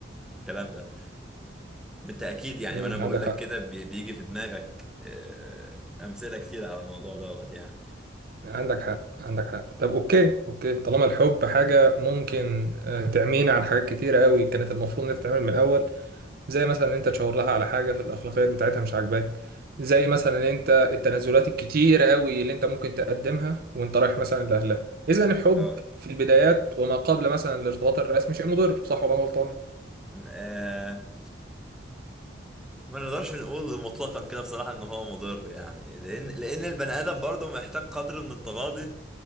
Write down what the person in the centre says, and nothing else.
والكلام ده بالتأكيد يعني
وأنا بقول
لك
كده بي- بيجي في دماغك آه، أمثلة كتير على الموضوع دوت يعني
اه
م- آه، ما نقدرش نقول مطلقا كده بصراحة إن هو مضر يعني لأن لأن البني آدم برضه محتاج قدر من التغاضي